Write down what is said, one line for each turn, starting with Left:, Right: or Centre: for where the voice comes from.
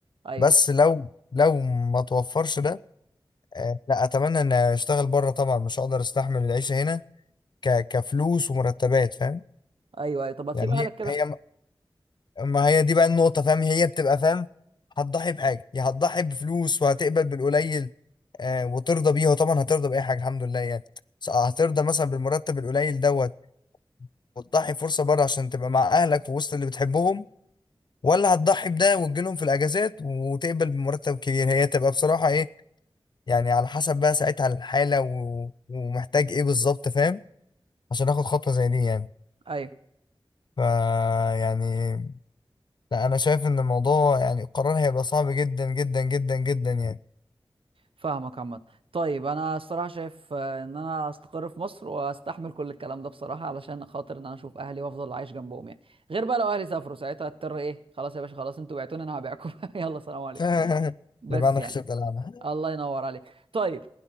Right: ايوه
Left: بس لو لو ما توفرش ده آه لا اتمنى ان اشتغل بره طبعا مش هقدر استحمل العيشه هنا ك كفلوس ومرتبات فاهم
Right: ايوه ايوه طب هتسيب
Left: يعني
Right: اهلك كده
Left: هي هي ما هي دي بقى النقطة فاهم هي بتبقى فاهم هتضحي بحاجة يا هتضحي بفلوس وهتقبل بالقليل آه وترضى بيها وطبعا هترضى بأي حاجة الحمد لله يعني بس هترضى مثلا بالمرتب القليل دوت وتضحي فرصة بره عشان تبقى مع أهلك ووسط اللي بتحبهم ولا هتضحي بده وتجيلهم في الأجازات وتقبل بمرتب كبير هي تبقى بصراحة إيه يعني على حسب بقى ساعتها الحالة و... ومحتاج إيه بالظبط فاهم عشان آخد خطوة زي دي يعني
Right: ايوه
Left: فا يعني لا انا شايف ان الموضوع يعني القرار هيبقى صعب جدا جدا جدا جدا يعني
Right: فاهمك عامة طيب انا الصراحة شايف آه، ان انا استقر في مصر واستحمل كل الكلام ده بصراحة علشان خاطر ان انا اشوف اهلي وافضل عايش جنبهم يعني غير بقى لو اهلي سافروا ساعتها هضطر ايه خلاص يا باشا خلاص انتوا بعتوني انا هبيعكم <laughs> يلا سلام عليكم
Left: <laughs> اللي
Right: بس
Left: بقى انا
Right: يعني
Left: خسرت العبها
Right: الله ينور عليك طيب